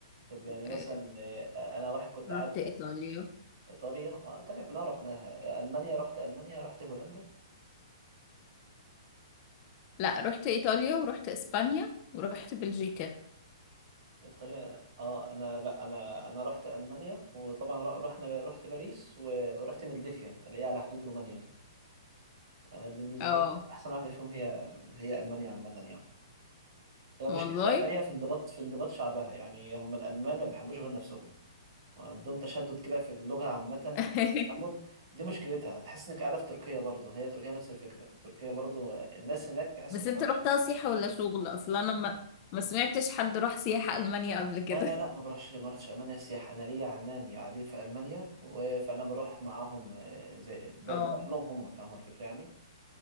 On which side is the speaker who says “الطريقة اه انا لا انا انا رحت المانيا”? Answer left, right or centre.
Right